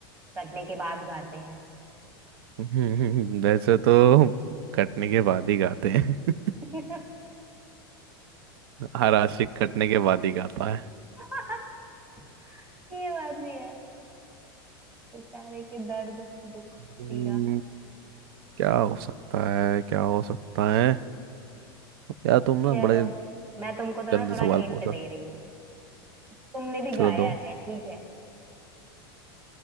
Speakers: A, on the right; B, on the right.
A: कटने के बाद गाते
B: <laughs> हम्म, वैसे तो कटने के बाद ही गाते हैं <laughs>
A: हैं
B: हर आशिक कटने के बाद ही गाता है
A: <laughs> ये बात भी है बेचारे के दर्द दुख
B: हम्म,
A: पीड़ा
B: क्या हो सकता है क्या हो सकता है यार तुम
A: चलो
B: ना बड़े
A: मैं तुमको तो ना
B: गंदे
A: थोड़ा
B: सवाल
A: हिंट
B: पूछा
A: दे रही हूँ तुमने भी
B: चलो
A: गाया
B: दो
A: है ठीक है